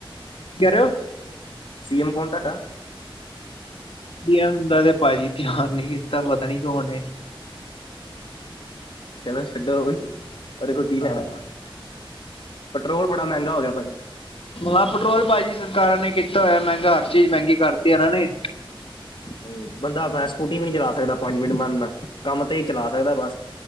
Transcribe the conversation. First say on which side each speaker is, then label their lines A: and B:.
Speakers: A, on the left; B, on the left.
A: ਕੀ ਕਹਿ ਰਹੇ ਹੋ
B: ਸੀ ਐਮ ਕੋਣ ਤੁਹਾਡਾ
A: ਸੀ ਔਮ ਦਾ ਤੇ ਭਾਜੀ ਧਿਆਨ ਨੀ ਕੀਤਾ ਪਤਾ ਨੀ ਕੌਨ ਏ
B: ਚਲੋ ਛੱਡੋ ਉਹ ਵੀ। ਉਹਦੇਖੋ ਕੀ ਲੈਣਾ
A: ਹਾਂ
B: ਪੈਟਰੋਲ ਬੜਾ ਮਹਿੰਗਾ ਹੋ ਗਿਆ ਭਾਜੀ।
A: ਹਾਂ ਪੈਟਰੋਲ ਭਾਜੀ ਸਰਕਾਰਾਂ ਨੇ ਕੀਤਾ ਹੋਇਆ ਮਹਿੰਗਾ ਹਰ ਚੀਜ਼ ਮਹਿੰਗੀ ਕਰਤੀ ਇਹਨਾਂ ਨੇ।
B: ਹੂੰ ਬੰਦਾ ਭੈਂ ਸਕੂਟੀ ਵੀ ਨਹੀਂ ਚਲਾ ਸਕਦਾ ਪੰਜ ਮਿੰਟ ਮੰਨ ਲਾ ਕੰਮ ਤੇ ਚਲਾ ਸਕਦਾ ਬਸ।